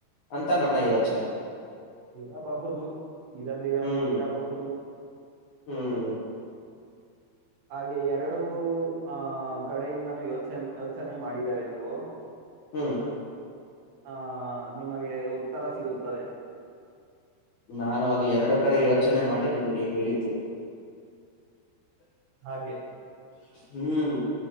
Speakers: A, on the left; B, on the right.
A: ಅಂತ ನನ್ನ ಯೋಚನೆ
B: ಇರಬಹುದು ಇರದಿರನು
A: ಹ್ಮ್
B: ಇರಬಹುದು
A: ಹ್ಮ್
B: ಹಾಗೆ ಎರಡೂ ಆಹ ಕಡೆಯಿಂದನೂ ಯೋಚನೆ ಯೋಚನೆ ಮಾಡಿದಿದ್ದಾರೆ ನೀವು
A: ಹ್ಮ
B: ಹಾ ನಿಮಗೆ ಉತ್ತರ ಸಿಗುತ್ತದೆ
A: ನಾನು ಅದು ಎರಡು ಕಡೆ ಯೋಚನೆ ಮಾಡಿ ನಿಮಗೆ ಹೇಳಿದ್ದು
B: ಹಾಗೆ
A: ಹ್ಮ್